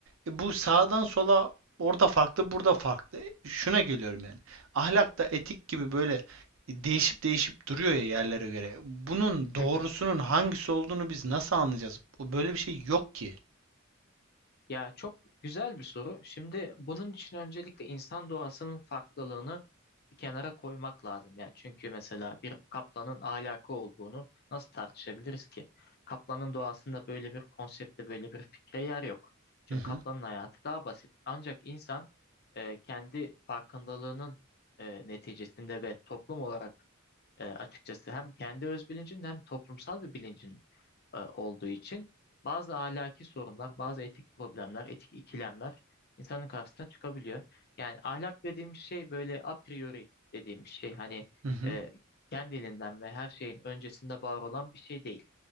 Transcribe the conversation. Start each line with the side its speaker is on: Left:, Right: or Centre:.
Right: e, bu sağdan sola orada farklı, burada farklı. E, Şuna geliyorum yani ahlakta etik gibi böyle e, değişip değişip duruyor ya yerlere göre. Bunun doğrusunun
Left: hı hı.
Right: hangisi olduğunu biz nasıl anlayacağız? Bu böyle bir şey yok ki.
Left: Ya çok güzel bir soru. Şimdi bunun için öncelikle insan doğasının farklılığını bir kenara koymak lazım. Yani çünkü mesela bir kaplanın ahlakı olduğunu nasıl tartışabiliriz ki? Kaplanın doğasında böyle bir konsepte, böyle bir fikre yer yok. Çünkü
Right: Hı hı.
Left: kaplanın hayatı daha basit. Ancak insan e, kendi farkındalığının e, neticesinde ve toplum olarak e, açıkçası hem kendi öz bilincin hem toplumsal bir bilincin e, olduğu için bazı ahlaki sorunlar, bazı etik problemler, etik ikilemler insanın karşısına çıkabiliyor. Yani ahlak dediğimiz şey böyle a priori dediğimiz şey hani
Right: Hı hı.
Left: e, kendiliğinden ve her şeyin öncesinde var olan bir şey değil